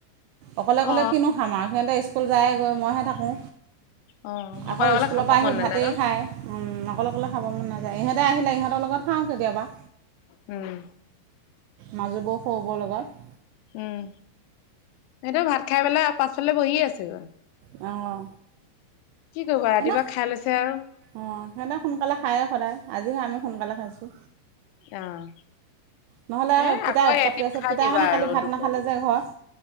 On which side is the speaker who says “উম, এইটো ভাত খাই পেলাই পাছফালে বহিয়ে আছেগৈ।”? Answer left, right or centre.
Left